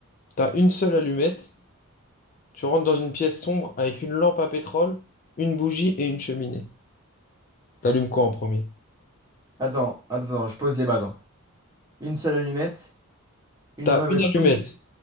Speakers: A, on the left (about 40°); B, on the right (about 15°).
A: T'as une seule allumette. Tu rentres dans une pièce sombre avec une lampe à pétrole, une bougie et une cheminée. T'allumes quoi en premier?
B: attends, attends, attends, je pose les bases. hein. Une seule allumette, une
A: T'as
B: lampe à
A: une
B: pétrole.
A: allumette,